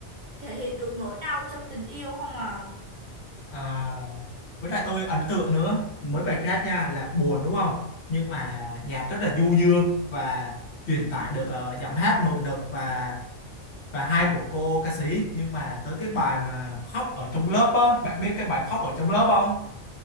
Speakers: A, on the right; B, on the left.
A: thể hiện được nỗi đau trong tình yêu không à.
B: à, với lại tôi ấn tượng nữa mấy bài khác nha là buồn đúng không nhưng mà nhạc rất là du dương và truyền tải được ờ, giọng hát nội lực và và hay của cô ca sĩ nhưng mà tới cái bài mà khóc ở trong lớp á bạn biết cái bài khóc ở trong lớp không